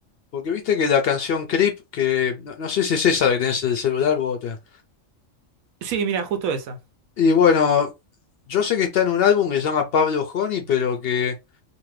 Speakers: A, on the left (about 65°); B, on the right (about 90°).
A: porque viste que la canción Creep, que no, no sé si es esa la que tenés en el celular u otra.
B: Sí, mira, justo esa.
A: Y bueno, yo sé que está en un álbum que se llama Pablo Honey, pero que...